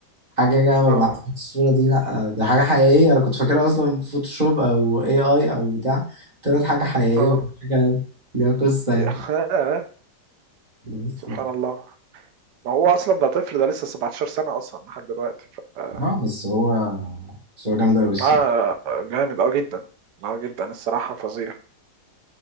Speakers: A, on the right (about 25°); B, on the right (about 75°).
A: حاجة جاية ببعت
B: اه
A: الصورة دي لأ دي حاجة حقيقية أنا كنت فاكرها أصلا فوتوشوب أو اي اي أو بتاع طلعت حاجة حقيقية
B: اه
A: وحاجة ليها قصة يعني
B: يا <laughs> آه.
A: بس
B: سبحان الله ما هو اصلا ده طفل ده لسه 17 سنة اصلا لحد دلوقتي ف... آه
A: اه بس هو بس هو جامد أوي الصراحة
B: آه، جامد اه جدا اه جدا الصراحة فظيع